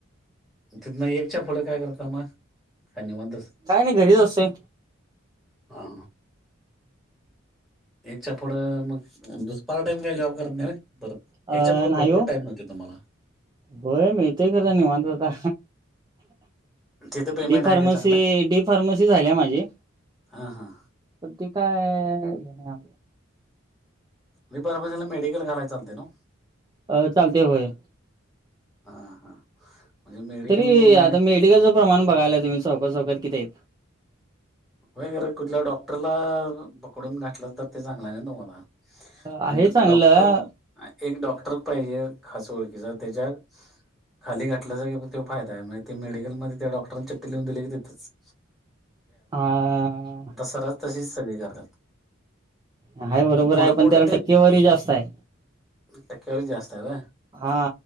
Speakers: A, in the centre; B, on the right (about 20°).
A: तिथन एकच्या पुढ काय करता. समज काय निवांत
B: काय नाही घरीच असतोय
A: हा. एकच्या पुढं मग दु पार्ट टाइम काय जॉब करत नाही परत
B: अ
A: एकच्या पुढं
B: नाही
A: भरपूर
B: हो
A: टाइम मिळ तो तुम्हाला
B: होय मिळते खरं निवांत आता
A: तिथं पेमेंट
B: डी फार्मसी
A: आहे का चांगलं
B: डी फार्मसी झाली माझी.
A: हां हां
B: पण ते काय घ आ
A: बी फार्मसी ला मेडिकल घालायला चालतय नव्ह?
B: अ चालते होय.
A: हा हा म्हणजे मेडिकल
B: तरी
A: नाही
B: आता मेडिकलचं प्रमाण बघायलाय तुम्ही चौका चौकात किती आहे.
A: वगैरे कुठल्या डॉक्टरला पकडून घातलं तर ते चांगल आहे ना तुम्हाला? अ
B: आहे चांगलं
A: डॉक्टर एक डॉक्टर पाहिजे खास ओळखीचा त्याच्यात खाली घातल की तो फायदा म्हणजे ते मेडिकलमध्ये त्या डॉक्टरांना चिट्टी लीहून दिली की तिथच
B: आ <inaudible>
A: सरास तशीच सगळी करतात
B: आहे बरोबर
A: पुढं
B: आहे पण
A: पुढं
B: त्याला
A: ते
B: टक्केवारी जास्त आहे.
A: टक्केवारी जास्त हाय होय.
B: हा